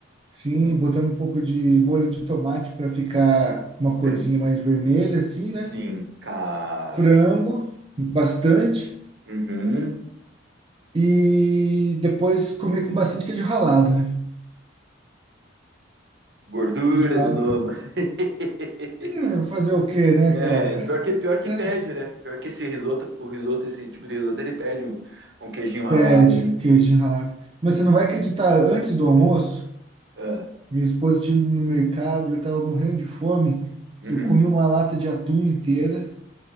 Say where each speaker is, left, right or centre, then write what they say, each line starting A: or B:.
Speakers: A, on the right; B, on the right.
A: Sim,
B: Hum,
A: botamos um pouco de molho de tomate para ficar com uma corzinha
B: fer-
A: mais vermelha, assim,
B: Sim,
A: né?
B: cara.
A: Frango,
B: Que...
A: bastante.
B: Uhum.
A: E depois comer com bastante queijo ralado, né?
B: Gordura
A: Queijo ralado.
B: de novo. <laughs>
A: Ih, mas Fazer o quê, né,
B: É,
A: cara?
B: pior que, pior que
A: É,
B: pede, né? Pior que esse risoto, o risoto, esse tipo de risoto, ele pede um, um queijinho ralado
A: Pede
B: ali.
A: queijo ralado. Mas você não vai acreditar, antes do almoço.
B: Ah,
A: Minha esposa tinha ido no mercado e eu tava morrendo de fome.
B: uhum.
A: Eu comi uma lata de atum inteira,